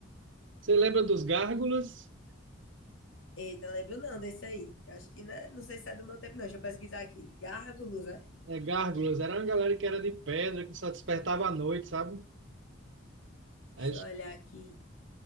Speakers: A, on the right; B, on the left.
A: Você lembra dos Gárgulas?
B: Eita, não lembro não desse aí. Eu Acho que né? não sei se é do meu tempo, não. Deixa eu pesquisar aqui. Gárgulos, né?
A: É, Gárgulas, era uma galera que era de pedra, que só despertava à noite, sabe? Aí
B: Deixa
A: os
B: eu olhar aqui.